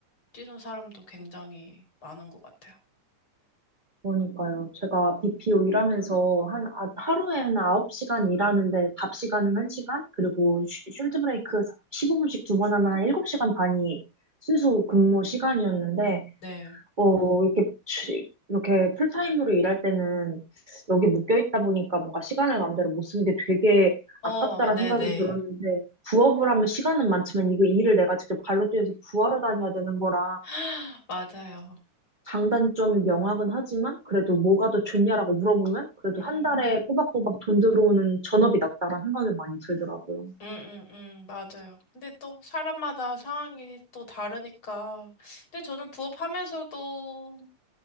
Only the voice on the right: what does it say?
그러니까요. 제가 BPO 일하면서 한, 아, 하루에 한 9시간 일하는데 밥 시간은 1시간, 그리고 쉬, 숄트 브레이크 15분씩 두 번 하면 한 7시간 반이 순수 근무 시간이었는데,
어, 이렇게, 취- 이렇게 풀타임으로 일할 때는 여기 묶여 있다 보니까 뭔가 시간을 마음대로 못 쓰는 게 되게
아깝다라는
생각이 들었는데,
부업을 하면 시간은 많지만 이거 일을 내가 직접 발로 뛰어서 구하러 다녀야 되는 거라
장단점이 명확은 하지만 그래도 뭐가 더 좋냐라고 물어보면 그래도
한 달에 꼬박꼬박 돈 들어오는 전업이 낫다라는 생각이 많이 들더라고요.